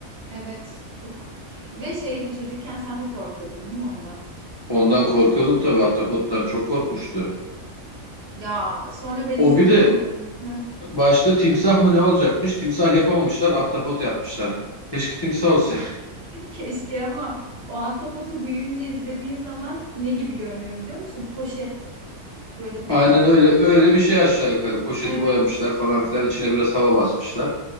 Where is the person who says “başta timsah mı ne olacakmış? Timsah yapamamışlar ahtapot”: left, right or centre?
Left